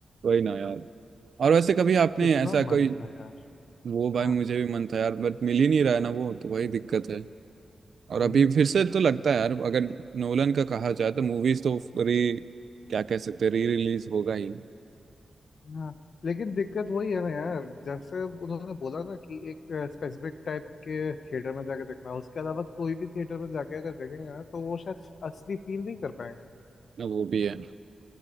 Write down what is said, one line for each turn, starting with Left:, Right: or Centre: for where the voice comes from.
Right: वही ना यार और वैसे कभी आपने
Left: कितना
Right: ऐसा
Left: मन
Right: कोई
Left: था यार
Right: वो भाई
Left: हाँ
Right: मुझे भी मन था यार बट मिल ही नहीं रहा है ना वो तो वही दिक्कत है और
Left: वही
Right: अभी फिर से तो लगता है यार अगर नोलन का कहा जाए तो मूवीज तो री क्या कह सकते हैं री रिलीज होगा ही
Left: हाँ लेकिन दिक्कत वही है ना यार जैसे उन्होंने बोला ना कि एक स्पेसिफिक टाइप के थिएटर में जाकर देखना उसके अलावा कोई भी थिएटर में जाके अगर देखेंगे ना तो वो शायद असली फील नहीं कर पाएंगे
Right: ना वो भी है